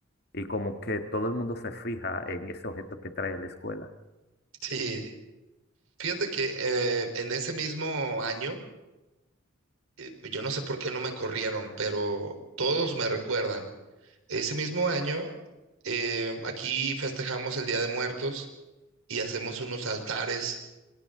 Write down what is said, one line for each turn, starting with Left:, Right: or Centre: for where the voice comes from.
Left: Y como que todo el mundo se fija en ese objeto que trae a la escuela.
Right: Sí, fíjate que eh, en ese mismo año eh, pues, yo no sé por qué no me corrieron, pero todos me recuerdan. Ese mismo año, eh, aquí festejamos el Día de Muertos y hacemos unos altares.